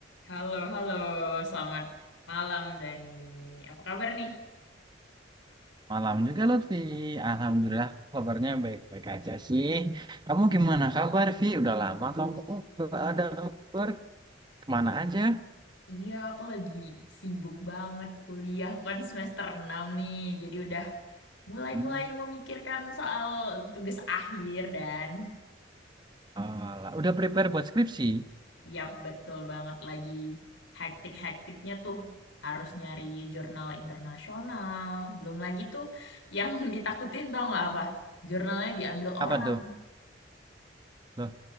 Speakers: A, on the left (about 80°); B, on the right (about 25°).
A: Halo, halo. Selamat malam, Dani. Apa kabar nih?
B: Malam juga Lutfi. Alhamdulillah kabarnya baik-baik aja sih. Kamu gimana kabar, Vi? Udah lama kamu nggak ada kabar. Kemana aja?
A: Iya, aku lagi sibuk banget kuliah. Aku kan semester 6 nih, jadi udah mulai-mulai
B: Hmm,
A: memikirkan soal tugas akhir dan
B: alah. Udah prepare buat skripsi?
A: yap, betul banget lagi hektik-hektiknya tuh. Harus nyari jurnal internasional. Belum lagi tuh yang <laughs> ditakutin tau nggak apa? Jurnalnya diambil orang.
B: Apa tuh? Loh,